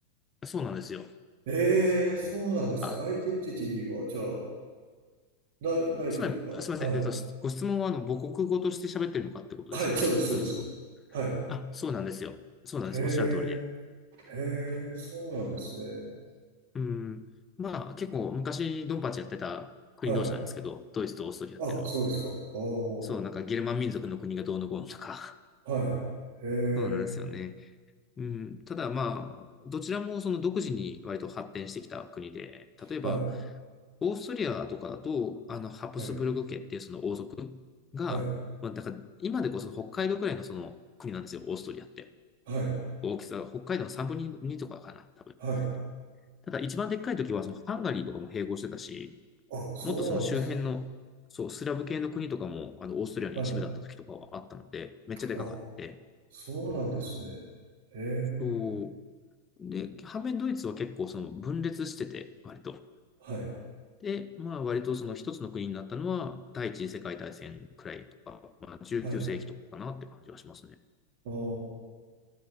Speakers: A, on the left (about 20°); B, on the right (about 50°).
A: そうなんですよ。
B: ええ、そうなんですね。
A: あ、
B: アイデンティティは、じゃあ、ない、ないというか、
A: つまり、あすみません。
B: はい。
A: えっと、ご質問はあの母国語として喋ってるのかってことですよね。
B: はい、そうです、そうです。
A: ドイツ語。
B: はい。
A: あ、そうなんですよ。そうなんです。
B: へえ、
A: おっしゃる通りで。
B: へえ、そうなんですね。
A: うん。まあ結構昔ドンパチやってた国同士なんですけど、
B: はい。
A: ドイツとオーストリアっていうのは。
B: あ、そうですか。ああ
A: そう、なんかゲルマン民族の国がどうのこうのとか、
B: はい。へえ、
A: <laughs> そうなんですよね。うん、ただまあ、どちらもその独自に割と発展してきた国で、例えば、
B: はい、
A: オーストリアとかだと、あの、ハプスブルク家っていうその王族
B: はい、
A: が、
B: はい、
A: まあ、だから今でこそ北海道くらいのその国なんですよ、オーストリアって。
B: はい、
A: 大きさが北海道の3分の2とかかな、多分。
B: はい。
A: ただ一番でっかい時はそのハンガリーとかも併合してたし、
B: あ、そうなんですか。
A: もっとその周辺の、そう、スラブ系の国とかも、あの、オーストリアの一部だった時とかはあったので、
B: はい。
A: めっちゃでかかって、
B: あ、そうなんですね。へえ、
A: そう。で、反面ドイツは結構その分裂してて、割と。
B: はい、
A: で、まあ割とその一つの国になったのは第一次世界大戦くらいとか、まあ19世紀とかかなって感じはしますね。
B: はい。ああ